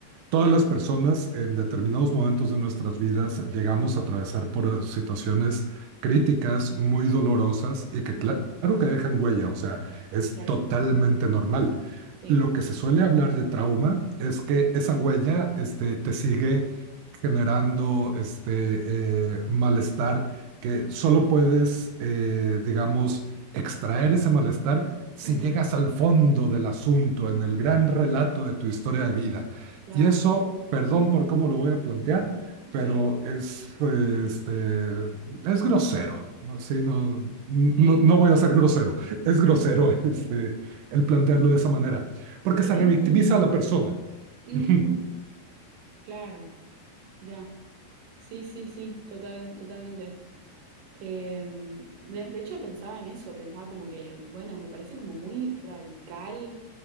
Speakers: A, on the right (about 85°); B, on the right (about 60°).
A: Todas las personas en determinados momentos de nuestras vidas llegamos a atravesar por situaciones críticas, muy dolorosas y que
B: Ujú.
A: cla- claro que dejan huella, o sea, es
B: Claro,
A: totalmente normal.
B: sí.
A: Lo que se suele hablar de trauma es que
B: Mm.
A: esa huella, este, te sigue generando este eh, malestar que solo puedes, eh, digamos, extraer ese malestar si
B: Mm.
A: llegas al fondo del asunto, en el gran relato de tu historia de vida.
B: Claro.
A: Y eso, perdón por cómo lo voy a plantear, pero
B: A ver.
A: es, eh, este, es grosero. No, sí, no, no,
B: Sí.
A: no voy a ser grosero. <laughs> Es grosero este, el plantearlo de esa manera, porque
B: Es
A: se
B: que
A: revictimiza
B: sí.
A: a la persona.
B: Mm.
A: Ujú.
B: Claro. Mirá. Sí, sí, sí. Total, totalmente. Em, de, de hecho pensaba en eso, pensaba como que, bueno, me parece como muy radical